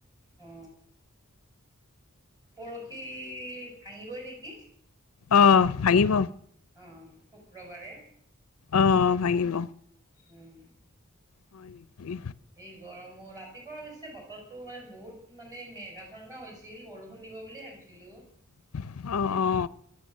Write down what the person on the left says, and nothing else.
আহ ভাঙিব
অহ ভাঙিব।
হয় নেকি।
<inaudible> অ অ